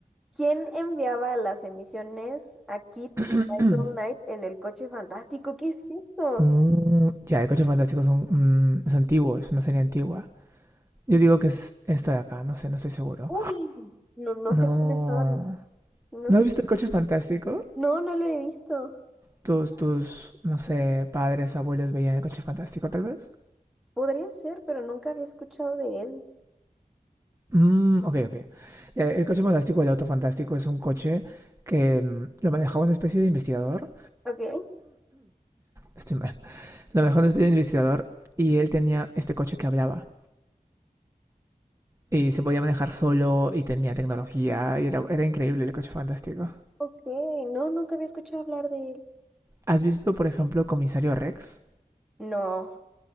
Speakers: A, in the centre; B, on the right.
A: ¿Quién enviaba las emisiones a Kit
B: <clears throat>
A: y Michael Knight en el coche fantástico? ¿Qué es eso?
B: Uh, ya, el coche fantástico es, un, mm, es antiguo, es una serie antigua. Yo digo que es esta de acá, no sé, no estoy seguro.
A: Uy, no, no
B: No.
A: sé quiénes son. No
B: ¿No
A: sé.
B: has visto el coche fantástico?
A: No, no lo he visto.
B: Tus, tus, no sé, padres, abuelos veían el coche fantástico, tal vez.
A: Podría ser, pero nunca había escuchado de él.
B: Mm, ok, ok. Ya, el coche fantástico, el auto fantástico, es un coche que mm, lo manejaba una especie de investigador
A: Ok,
B: estoy mal. <laughs> Lo mejor es de investigador y él tenía este coche que hablaba. Y se podía manejar solo y tenía tecnología y era, era increíble el coche fantástico.
A: ok. No, nunca había escuchado hablar de él.
B: ¿Has visto, por ejemplo, Comisario Rex?
A: No.